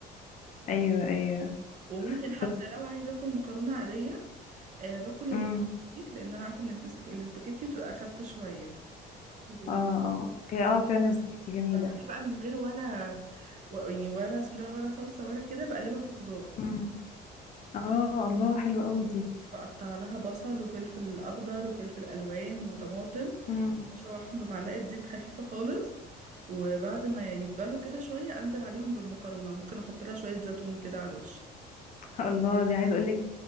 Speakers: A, on the left; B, on the right.
A: ايوه ايوه
B: وممكن حتى
A: طب
B: لو عايزة اكل مكرونة عادية آه باكل
A: امم
B: الاسباجيتي لان انا عارفة ان البس- الاسباجيتي بتبقى اخف شوية و-
A: اه اه هي اه فعلا سباكيتي جميله
B: بعملها بقى من غير ولا و- يعني ولا اسم ده ولا صلصة ولا كده بقلبها في خضار
A: امم اه الله حلو قوي دي
B: بقطع لها بصل وفلفل أخضر وفلفل ألوان وطماطم
A: امم
B: أشوحهم بمعلقة زيت خفيفة خالص وبعد ما يتبلوا كده شوية أنزل عليهم بالمكرونة وممكن أحط لها شوية زيتون كده على الوش
A: الله دي عايزه اقول لك